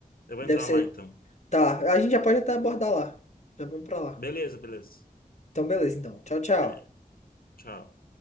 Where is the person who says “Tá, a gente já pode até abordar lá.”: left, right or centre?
Left